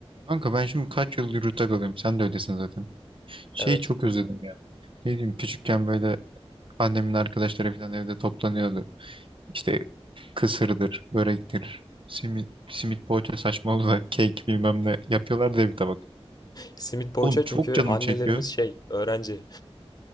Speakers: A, on the right (about 55°); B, on the left (about 40°).
A: Kanka ben şimdi kaç yıldır yurtta kalıyorum. Sen de öylesin zaten. Şeyi
B: Evet.
A: çok özledim ya. Ne diyeyim küçükken böyle annemin arkadaşları falan evde toplanıyordu. İşte kısırdır, börektir, simit, simit poğaça saçmalığı, <laughs> da kek bilmem ne yapıyorlar diye bir tabak.
B: Simit poğaça
A: Oğlum çok
B: çünkü
A: canım
B: annelerimiz
A: çekiyor.
B: şey öğrenci.